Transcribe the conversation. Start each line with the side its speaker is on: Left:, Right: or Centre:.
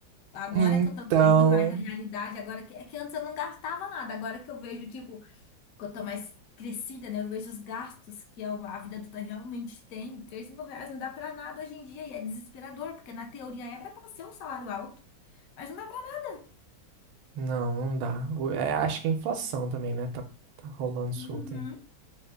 Left: Agora
Right: Então,
Left: que eu tô vendo mais a realidade, agora que é que antes eu não gastava nada, agora que eu vejo, tipo, quanto mais crescida, né? Eu vejo os gastos que a a vida adulta realmente tem. três mil reais não dá pra nada hoje em dia e é desesperador, porque na teoria era pra ser um salário alto, mas não dá pra nada.
Right: não, não dá. O- é, acho que a inflação também, né? Tá, tá rolando solta
Left: Uhum.
Right: aí.